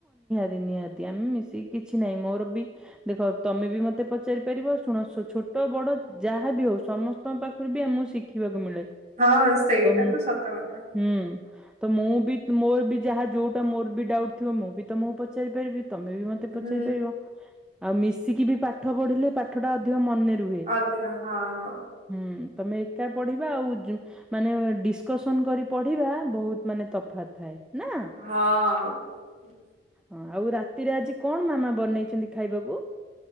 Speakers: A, in the centre; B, on the right (about 40°).
A: ରେ ନିହାତି ଆମେ ମିଶିକି କିଛି ନାହିଁ ମୋର୍ ବି ଦେଖ ତମେ ବି ମତେ ପଚାରି ପାରିବ ଶୁଣ ସୁ ଛୋ ଟ ବଡ ଯାହାବି ହୋଉ ସମସ୍ତଙ୍କ ପାଖୁରୁ ବି ଆମକୁ ଶିଖିବାକୁ ମିଳେ।
B: ହଁ ସେଇଟା
A: ତମ୍
B: ତ ସତ କଥା
A: ହୁଁ ତ ମୁଁ ବି ମୋର ବି ଯାହା ଯୋଉଟା ମୋର୍ ବି ଡାଉଟ୍ ଥିବ ମୁଁ ବି ତମକୁ ପଚାରି ପାରିବି। ତମେ ବି ମତେ
B: ହୁଁ
A: ପଚାଇ ପାରିବ ଆଉ ମିଶିକି ବି ପାଠ ପଢିଲେ ପାଠ ଟା ଅଧିକ ମନ ନେ ରୁହେ
B: ଅଧିକ ହଁ।
A: ହୁଁ। ତମେ ଏକା ପଢ଼ିବା ଆଉ ଯୁ ମାନେ ଡିସକସନ କରି ପଢିବା ବହୁତ୍ ମାନେ ତଫାାତ ଥାଏ ନା?
B: ହଁ।
A: ହଁ ଆଉ ରାତିରେ ଆଜି କଣ ମାମା ବନେଇଛନ୍ତି ଖାଇବାକୁ?